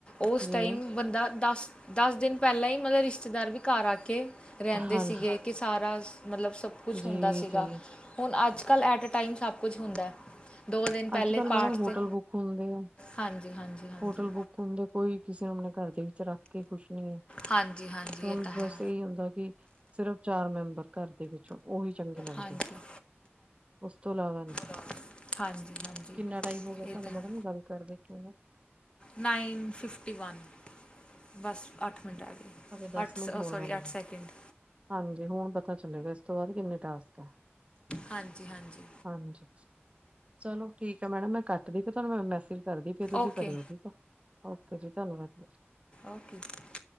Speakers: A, on the left; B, on the right.
A: ਉਸ
B: ਜੀ
A: ਟਾਈਮ ਬੰਦਾ ਦਸ ਦਸ ਦਿਨ ਪਹਿਲਾਂ ਹੀ ਮਤਲਬ ਰਿਸ਼ਤੇਦਾਰ ਵੀ ਘਰ ਆ ਕੇ ਰਹਿੰਦੇ
B: ਹਾਂਜੀ
A: ਸੀਗੇ ਕਿ ਸਾਰਾ ਮਤਲਬ ਸਬ ਸਭ ਕੁਛ
B: ਜੀ
A: ਹੁੰਦਾ ਸੀਗਾ
B: ਜੀ
A: ਹੁਣ ਅੱਜ ਕੱਲ੍ਹ ਐਟਏ ਟਾਈਮ ਸਭ ਕੁਝ ਹੁੰਦਾ ਦੋ ਦਿਨ ਪਹਿਲੇ
B: ਅੱਜ ਕੱਲ
A: ਪਾਠ
B: ਮੈਡਮ ਹੋਟਲ
A: 'ਤੇ
B: ਬੁੱਕ ਹੁੰਦੇ ਆ
A: ਹਾਂਜੀ ਹਾਂਜੀ ਹਾਂਜੀ
B: ਹੋਟਲ ਬੁੱਕ ਹੁੰਦੇ ਕੋਈ ਕਿਸੇ ਨੂੰ ਆਪਣੇ ਘਰ ਦੇ ਵਿੱਚ ਰੱਖ ਕੇ ਖੁਸ਼ ਨਹੀਂ ਹੈ
A: ਹਾਂਜੀ ਹਾਂਜੀ ਹਾਂਜੀ
B: ਹੁਣ
A: ਇਹ ਤਾਂ
B: ਬਸ
A: ਹੈ
B: ਇਹੀ ਹੁੰਦਾ ਕਿ ਸਿਰਫ਼ ਚਾਰ ਮੈਂਬਰ ਘਰ ਦੇ ਵਿੱਚੋਂ ਉਹੀ ਚੰਗੇ ਲੱਗਦੇ
A: ਹਾਂਜੀ
B: ਉਸ ਤੋਂ ਇਲਾਵਾ ਨਈ
A: ਦਾ ਹਾਂਜੀ ਹਾਂਜੀ
B: ਕਿੰਨਾ ਟਾਈਮ ਹੋ ਗਿਆ
A: ਇਹ
B: ਸਾਨੂੰ
A: ਤਾਂ ਹੈ
B: ਮੈਡਮ ਗੱਲ ਕਰ ਦੇ ਕੇ ਨਾ
A: ਨਾਈਨ ਫਿਫਟੀ ਵਨ ਬਸ ਅੱਠ ਮਿੰਟ ਰਹਿ ਗਏ
B: ਹਾਲੇ ਦਸ
A: ਅੱਠ ਸ
B: ਮਿੰਟ ਹੋਣ
A: ਸੋਰੀ
B: ਵਾਲੇ
A: ਅੱਠ ਸੈਕਿੰਡ।
B: ਆ। ਹਾਂਜੀ, ਹੁਣ ਪਤਾ ਚੱਲੇਗਾ ਇਸ ਤੋਂ ਬਾਅਦ ਕਿੰਨੇ ਟਾਸਕ। ਆ
A: ਹਾਂਜੀ-ਹਾਂਜੀ।
B: ਹਾਂਜੀ। ਚਲੋ ਠੀਕ ਹੈ ਮੈਡਮ ਮੈਂ ਕੱਟਦੀ ਪੀ, ਫਿਰ ਤੁਹਾਨੂੰ ਮ ਮੈਸੇਜ ਕਰਦੀ ਫੇਰ ਤੁਸੀਂ
A: ਓਕੇ
B: ਕਰਿਓ ਠੀਕ ਆ। ਓਕੇ ਜੀ, ਧੰਨਵਾਦ।
A: ਓਕੇ ਜੀ।